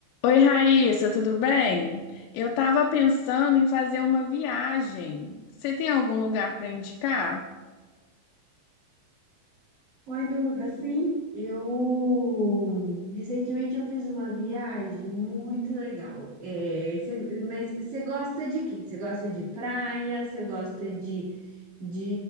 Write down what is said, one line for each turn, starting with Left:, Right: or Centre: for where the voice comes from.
Left: Oi, Raíssa, tudo bem? Eu estava pensando em fazer uma viagem. Você tem algum lugar para indicar?
Right: Oi, Duda, sim, eu recentemente eu fiz uma viagem muito legal. É, cê- mas você gosta de quê? Você gosta de praia? Você gosta de, de